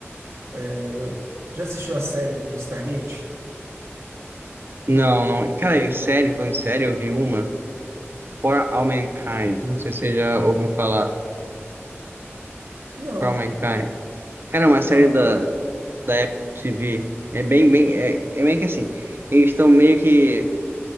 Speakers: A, on the right; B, on the right.
A: Eu- Já assistiu a série do Stargate?
B: Não, não. Cara, eu, sério, falando sério, eu vi uma. For All Mankind. Não sei se você já ouviu falar.
A: Não,
B: For All Mankind. Cara, é uma série
A: não.
B: da, da Apple TV é bem, bem, é, é meio que assim, eles estão meio que